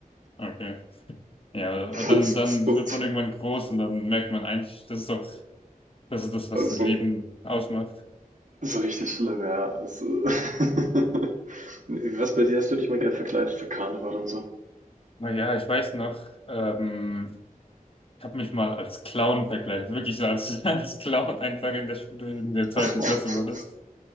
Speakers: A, on the left; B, on the right.
A: Okay. Ja, aber
B: <laughs>
A: dann, dann wird man irgendwann groß und dann merkt man eigentlich, das ist doch, das ist das, was
B: So, so,
A: das Leben ausmacht.
B: so richtig schlimm, ja. Also, <laughs> Was bei dir? Hast du dich mal gern verkleidet für Karneval und so?
A: Naja, ich weiß noch, ähm, Ich habe mich mal als Clown verkleidet, wirklich so als, <laughs> als Clown einfach in der Schule in der zweiten
B: <laughs>
A: Klasse war das.